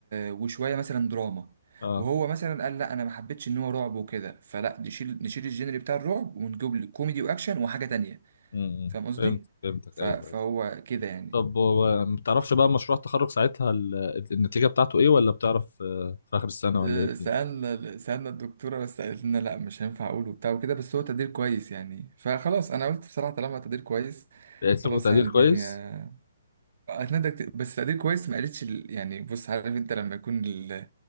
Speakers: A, on the right (about 60°); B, on the left (about 75°).
A: وشويه مثلا دراما
B: اه
A: وهو مثلا قال لا انا ما حبيتش ان هو رعب وكده فلا نشيل نشيل الجينري بتاع الرعب ونجيب لك كوميدي واكشن وحاجه تانية
B: امم
A: فاهم قصدي
B: فهمت فهمتك
A: ف-
B: ايوه
A: فهو
B: أيوة.
A: كده يعني
B: طب هو ما تعرفش بقى مشروع التخرج ساعتها ال- النتيجة بتاعته ايه ولا بتعرف آه، في آخر السنة ولا
A: آه،
B: ايه الدنيا؟
A: سألنا سألنا الدكتورة بس قالت لنا لا مش هينفع أقول وبتاع وكده بس هو تقدير كويس يعني فخلاص أنا قلت بصراحة طالما تقدير كويس
B: لقيت
A: خلاص
B: لكم تقدير
A: يعني الدنيا
B: كويس؟
A: أتندك بس تقدير كويس ما قالتش ال- يعني بص عارف أنت لما يكون ال...